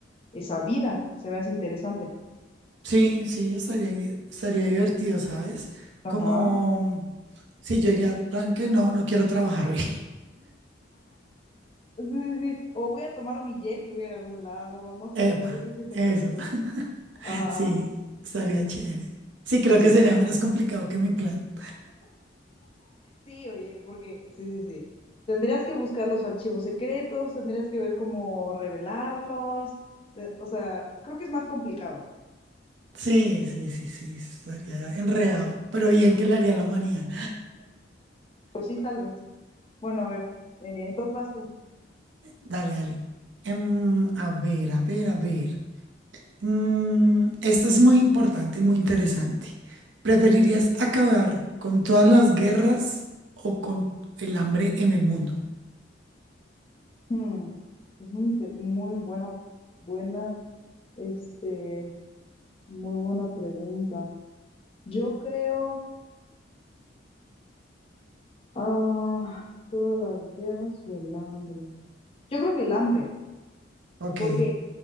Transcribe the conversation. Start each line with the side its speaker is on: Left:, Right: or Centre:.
Left: esa vida se me hace interesante.
Right: sí, sí, estaría, estaría divertido, ¿sabes? Como,
Left: Ajá.
Right: sí, yo diría, plan que no, no quiero trabajar hoy.
Left: Sí, sí, sí. O voy a tomar mi jet y voy a ir a algún lado.
Right: <laughs>
Left: No sé,
Right: Epa,
Left: yo creo que estaría
Right: eso,
Left: chistoso.
Right: <laughs>
Left: Ajá.
Right: sí, estaría chévere. Sí, creo
Left: Sí.
Right: que sería menos complicado que mi plan.
Left: Sí, oye, porque, sí, sí, sí. Tendrías que buscar los archivos secretos, tendrías que ver cómo revelarlos. te- O sea, creo que es más complicado.
Right: Sí, sí, sí, sí, estaría enredado, pero bien que le haría a la humanidad.
Left: Pues sí, tal vez. Bueno, a ver, eh, entonces vas tú.
Right: Dale, dale. Em, a ver, a ver, a ver. Mm, esta es muy importante y muy interesante. ¿Preferirías
Left: Ujú.
Right: acabar con todas las guerras o con el hambre en el mundo?
Left: Mm, es muy, inte- muy buena, buena, este, muy buena pregunta. Yo creo. Ah, todas las guerras o el hambre. Yo creo que el hambre,
Right: Ok.
Left: porque